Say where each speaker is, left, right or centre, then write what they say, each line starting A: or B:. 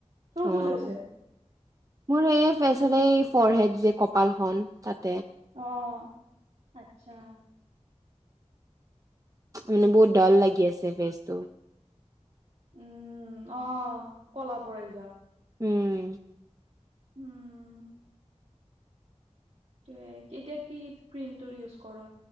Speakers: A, on the right; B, on the right.
A: তোৰ ক'ত
B: অ',
A: হৈছে
B: মোৰ সেই <unintelligible> ফৰহেড যে কপালখন, তাত।
A: অ' আচ্ছা
B: মানে বহুত ডৰ লাগি আছে, বেচ তুম।
A: উম, অ' ক'লা পৰি যোৱা।
B: উম।
A: উম তে, এতিয়া কি ক্ৰীমটো ইউজ কৰ?